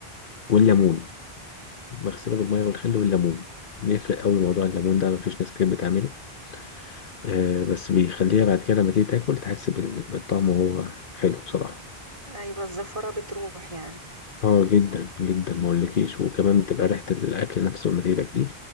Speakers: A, on the left; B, on the right.
A: والليمون
B: امم
A: بغسله بالميه والخل والليمون بيفرق قوي موضوع الليمون ده مفيش ناس كتير بتعمله آه بس بيخليها بعد كده لما تيجي تاكل تحس بال- بالطعم وهو حلو بصراحه
B: ايوه الزفرة بتروح يعني
A: اه جدا جدا ما اقولكيش
B: مم.
A: وكمان بتبقى ريحه الاكل نفسه لما تيجي تاكليه